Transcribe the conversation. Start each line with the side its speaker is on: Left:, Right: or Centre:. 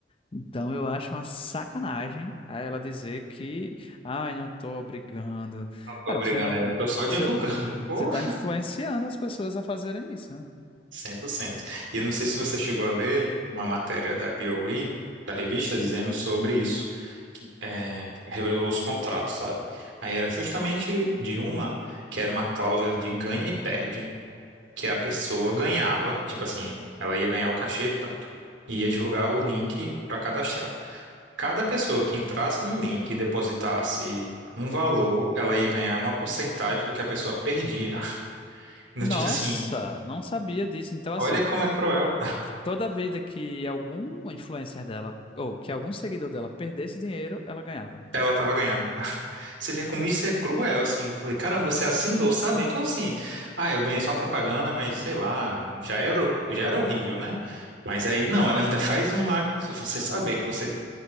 Left: Então eu acho uma sacanagem a ela dizer que, ai, não tô brigando.
Right: Não tô
Left: Cara,
Right: obrigando,
Left: você não,
Right: é, eu tô só
Left: você,
Right: divulgando, <laughs> pô.
Left: você tá influenciando as pessoas a fazerem isso, né?
Right: 100%. E eu não sei se você chegou a ler uma matéria da POE, da revista, dizendo sobre isso, que é, revelou os contratos, sabe? Aí era justamente de uma que era uma cláusula de ganha e perde, que a pessoa ganhava, tipo assim, ela ia ganhar o cachê tanto, e ia divulgar o link para cadastrar. Cada pessoa que entrasse no link e depositasse um valor, ela ia ganhar uma porcentagem do que a pessoa perdia. <laughs> Então,
Left: Nossa,
Right: tipo assim,
Left: não sabia disso. Então, assim,
Right: olha como é cruel.
Left: toda vida que algum influencer dela, ou que algum seguidor dela perdesse dinheiro, ela ganhava.
Right: Ela tava ganhando. Você vê como isso é cruel, assim. Eu falei, caramba, você assinou, sabe? Então, assim, ah, eu ganhei só propaganda, mas sei lá, já era, já era horrível, né? Mas aí, não, ela ainda faz uma. Você saber que você,